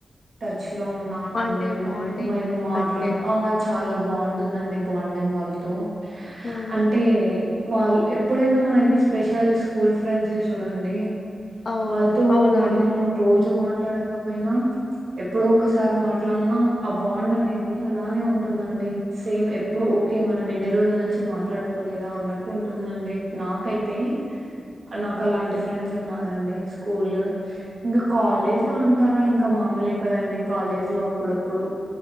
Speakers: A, on the right; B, on the left.
A: టచ్ లో ఉన్నామండి
B: అంటే
A: మేము
B: బాండింగ్
A: మేము మాట్లాడు
B: అంటే
A: ఓ చాలా బాండ్ ఉందండి బాండింగ్ వాళ్ళతో
B: మ్మ్.
A: అంటే వాళ్ళు ఎప్పుడైనా మనకి స్పెషల్ స్కూల్స్ ఫ్రెండ్స్ ఎ చూడండి
B: ఆ
A: వాళ్ళతో
B: అవునండి
A: మనం రోజు మాట మాట్లాడకపోయినా ఎప్పుడ ఒకసారి మాట్లాడినా ఆ బాండ్ అనేది అలానే ఉంటుందండి సేమ్ ఎప్పుడు ఓకే మనం ఎన్ని రోజుల నుంచి మాట్లాడుకోలేదా అన్నట్టు ఉంటుందండి నాకైతే ఏ నాకు అలాంటి ఫ్రెండ్స్ ఉన్నారండి స్కూల్ ఇంకా కాలేజ్ లో అంటారా ఇంకా మామూలే కదండి కాలేజ్ లో అప్పుడప్పుడు